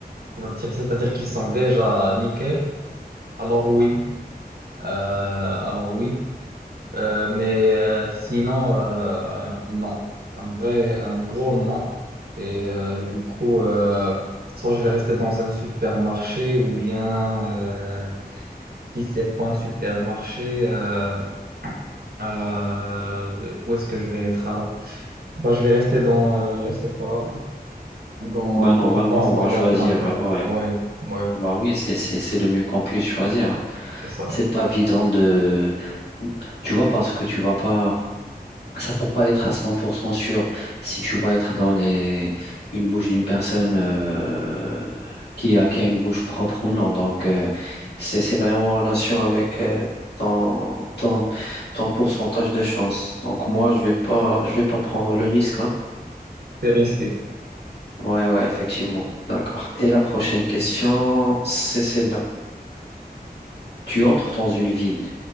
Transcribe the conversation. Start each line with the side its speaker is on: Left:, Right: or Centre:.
Right: c'est-à-dire, c'est-à-dire qui sont déjà nickel, alors oui. Euh, alors oui. Euh, mais euh, sinon, euh, non. Un vrai, un gros non. Et euh, du coup, euh, soit je vais rester dans un supermarché ou bien, euh, si c'est pas un supermarché, euh, euh, où est-ce que je vais être alors? Bah, je vais rester dans, euh, je sais pas, dans,
Left: Bah, normalement,
Right: dans, dans, dans
Left: on va choisir.
Right: un placard.
Left: euh, Ouais.
Right: Ouais, ouais,
Left: Bah oui, c'est, c'est, c'est le mieux qu'on puisse choisir. hein.
Right: c'est ça.
Left: C'est pas évident de. Tu vois, parce que tu vas pas. Ça va pas être à 100% sûr si tu vas être dans les une bouche d'une personne euh, qui a, qui a une bouche propre ou non. Donc, euh, c'est, c'est vraiment en relation avec euh, ton, ton, ton pourcentage de chance. Donc, moi, je vais pas, je vais pas prendre le risque. hein.
Right: C'est risqué.
Left: Ouais, ouais, effectivement. D'accord. Et la prochaine question, c'est celle-là. Tu entres dans une ville